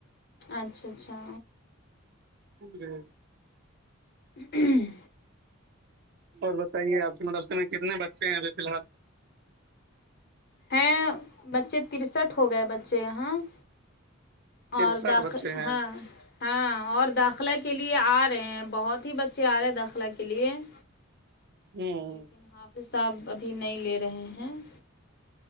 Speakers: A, on the left; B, on the right.
A: اچھا- اچھا
B: ج جی-
A: ہوں-
B: اور بتائیے آپ کے مدرسے میں کتنے بچے ہیں ابھی فی الحال-
A: ہے بچے ترسٹھ ہو گئے بچے یہاں-
B: ترسٹھ
A: اور داخ
B: بچے ہیں
A: ہاں- ہاں اور داخلہ کے لیے آ رہے ہیں بہت ہی بچے آ رہے ہیں داخلہ کے لیے-
B: ہوں
A: لیکن حافظ ص آحب ابھی نہیں لے رہے ہیں-